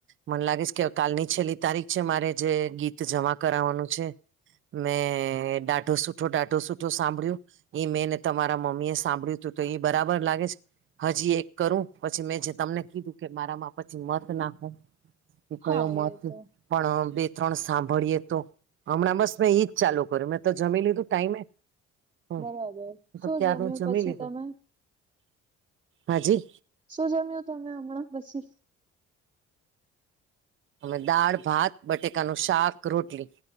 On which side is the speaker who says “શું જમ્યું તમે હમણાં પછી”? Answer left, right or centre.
Right